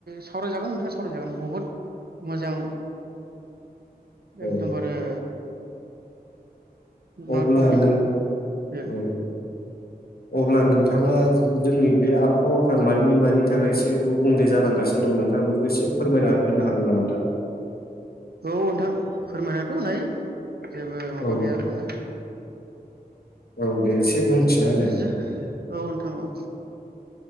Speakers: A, on the right (about 70°); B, on the left (about 70°).
A: सावरायजागोन नोंथां सावरायजागोन बहुद मोजां
B: औ
A: एकदमबारे नट
B: अब्ला
A: टपिक
B: नों
A: बेयो
B: औ अब्ला नोंथाङा जोंनि बे आबहावाफ्रा मानि मानि थाखाय एसे गुबुंले जालांगासिनो दं नोंथाङा बेख खौ एसे फोरमायना होनो हागोन नामा दा?
A: औ नोंथां फोरमायनाथ' होनायो। जेबो माबा
B: औ
A: गैया माने
B: औ दे एसे बुंथिना होलाय
A: जो औ नोंथां औ